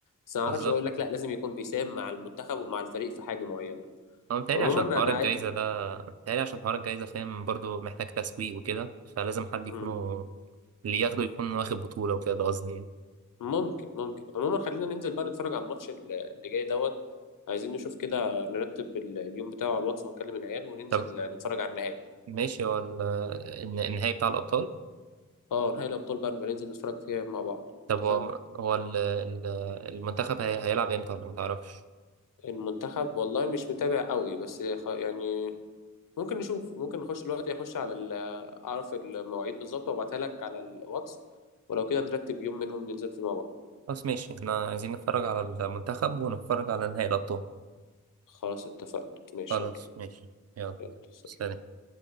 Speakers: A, on the left; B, on the right.
A: بس ما اعرفش
B: بالظبط
A: هو يقول لك لا لازم يكون بيساهم مع المنتخب ومع الفريق في حاجه معينه
B: هو متهيألي
A: عموما
B: عشان حوار
A: انا
B: الجايزة
A: عاي...
B: ده متهيألي عشان حوار الجايزة فاهم برضه محتاج تسويق وكده فلازم حد
A: مم.
B: يكونوا اللي ياخده يكون واخد بطولة وكده ده قصدي يعني.
A: ممكن ممكن عموما خلينا ننزل بقى نتفرج على الماتش ال- اللي جاي دوت عايزين نشوف كده نرتب ال- اليوم بتاعه على الواتس ونكلم العيال وننزل
B: طب
A: نتفرج على النهائي
B: ماشي هو ال- النهائي بتاع الأبطال
A: اه نهائي الابطال بقى نبقى ننزل نتفرج فيها مع بعض
B: طب
A: اتفقنا
B: هو هو ال- ال- المنتخب هي- هيلعب امتى ولا ما تعرفش
A: المنتخب والله مش متابع قوي بس خ- يعني ممكن نشوف ممكن نخش دلوقتي اخش على ال- اعرف المواعيد بالظبط وابعتها لك على الواتس ولو كده نرتب يوم منهم ننزل فيه مع بعض
B: خلاص ماشي احنا عايزين نتفرج على المنتخب ونتفرج على نهائي الابطال
A: خلاص اتفقنا ماشي
B: خلاص
A: يا معلم.
B: ماشي يلا
A: يلا سلام.
B: سلام